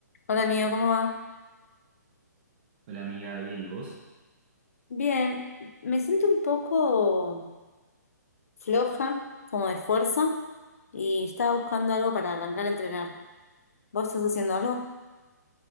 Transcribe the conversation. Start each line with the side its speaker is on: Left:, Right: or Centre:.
Left: Hola amigo, ¿cómo va?
Right: Hola amiga, bien, ¿y vos?
Left: Bien, me siento un poco floja, como de fuerza, y estaba buscando algo para arrancar a entrenar. ¿Vos estás haciendo algo?